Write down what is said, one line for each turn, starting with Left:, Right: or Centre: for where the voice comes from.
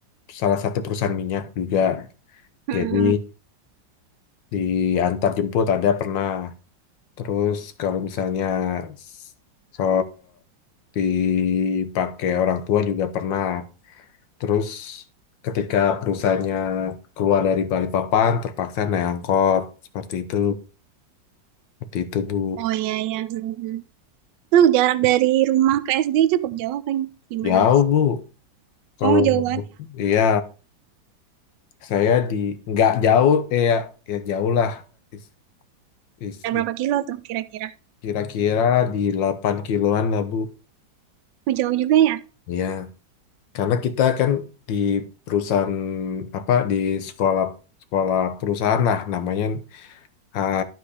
Left: salah satu perusahaan minyak juga
Right: Hmm.
Left: jadi diantar jemput ada pernah terus kalau misalnya s- so dipakai orang tua juga pernah terus ketika perusahaannya keluar dari Balikpapan terpaksa naik angkot seperti itu seperti itu Bu
Right: Oh iya iya. Hmm. Itu jarak dari rumah ke SD cukup jauh apa gimana
Left: jauh
Right: Mas?
Left: Bu kalau
Right: Oh jauh banget ya.
Left: iya saya di nggak jauh eh, ya ya jauh lah Is- is-
Right: Ada berapa
Left: is-
Right: kilo tuh kira-kira?
Left: kira-kira di 8 kiloan lah Bu
Right: Oh, jauh juga ya?
Left: ya karena kita kan di perusahaan apa di sekolah sekolah perusahaan lah namanya ah,